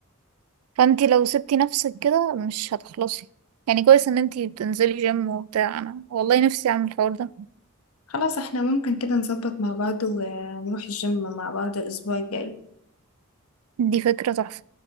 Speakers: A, on the right (about 80°); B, on the left (about 90°).
A: فانتي لو سبتي نفسك كده مش هتخلصي يعني كويس ان انتي بتنزلي جيم وبتاع انا والله نفسي اعمل الحوار ده
B: خلاص احنا ممكن كده نظبط مع بعض ونروح الجيم مع بعض الأسبوع الجاي
A: دي فكرة تحفة